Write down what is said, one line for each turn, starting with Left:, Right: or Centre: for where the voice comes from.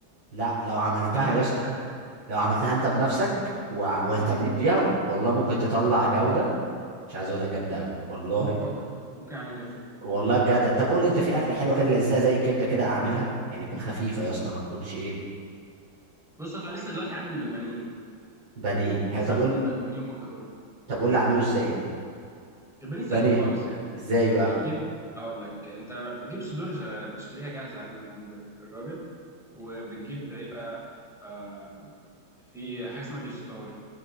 Right: لا لو عملتها
Centre: طريقتك
Right: يا
Centre: دي
Right: اسطى
Centre: شكلها حاجه
Right: لو عملتها انت بنفسك وع- واهتميت
Centre: امم
Right: بيها والله ممكن تطلع جودة مش عايز اقول لك جامدة قوي والله
Centre: بفكر في- ممكن اعمل كده فعلا
Right: والله بجد طب قول لي انت في اكلة حلوة كده لذيذة زي الكبدة كده اعملها يعني تكون خفيفة يا اسطى ما تكونش ايه
Centre: بص انا لسه دلوقتي عامل بانيه
Right: بانيه
Centre: بس
Right: حلو طب
Centre: عامل
Right: قول
Centre: ب- بانيه ومكرونه
Right: طب قول لي اعمله ازاي
Centre: البانيه سهل
Right: بانيه
Centre: خالص يعني
Right: ازاي بقى
Centre: بتجيب اقول لك انت بتجيب صدور آه، بتشتريها جاهزه عادي من عند الراجل وبتجيب ايه بقى آم، في حاجه اسمها فيجيتار